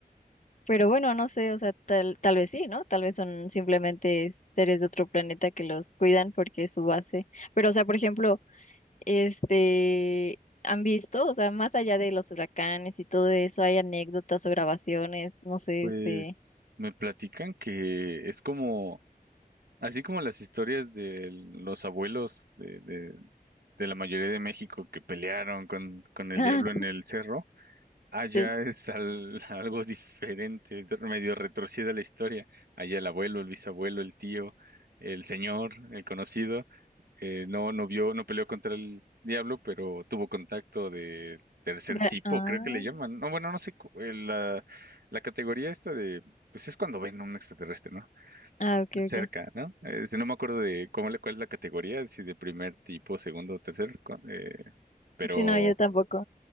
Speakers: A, on the left (about 50°); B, on the right (about 75°).
A: pero bueno, no sé, o sea, tal, tal vez sí, ¿no? Tal vez son simplemente seres de otro planeta que los cuidan porque es su base, pero o sea, por ejemplo este, han visto, o sea, más allá de los huracanes y todo eso, hay anécdotas o grabaciones, no sé,
B: Pues
A: este,
B: me platican que es como, así como las historias de los abuelos de, de- de la mayoría de México que pelearon con, con el
A: <laughs> ah,
B: diablo en el cerro. Allá
A: sí,
B: es al- <laughs> algo diferente, medio retorcida la historia. Allá el abuelo, el bisabuelo, el tío, el señor, el conocido, eh, no, no vio, no peleó contra el diablo, pero tuvo contacto de tercer
A: ya,
B: tipo,
A: ah,
B: creo que le llaman. No, bueno, no sé, cu- eh, la, la categoría esta de, pues es cuando ven a un extraterrestre, ¿no?
A: ah, ok,
B: Cerca,
A: ok,
B: ¿no? Este, no me acuerdo de cómo, le- cuál es la categoría, si de primer tipo, segundo, tercer, cu- eh, pero
A: sí, no, yo tampoco,